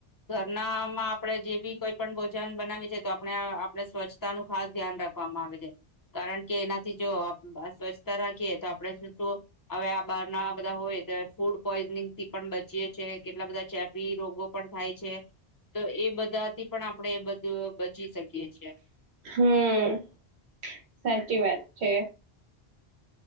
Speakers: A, on the left (about 20°); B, on the right (about 85°).
A: ઘરનામાં આપણે જે બી કોઈ પણ ભોજન બનાવી છે તો આપણે આપણે સ્વચ્છતા નું ખાસ ધ્યાન રાખવામાં આવે છે. કારણ કે એનાથી જો સ્વસ્થ રાખીએ તો આપણે શ શુ હવે આ બાર ના બધા હોય તો ફૂડ પોઈઝનિંગથી પણ બચીએ છે કેટલા બધા ચેપી રોગો પણ થાય છે તો એ બધાથી પણ આપણેે એ બધું બચી શકીએ. છીએ
B: હમ સાચી વાત છે.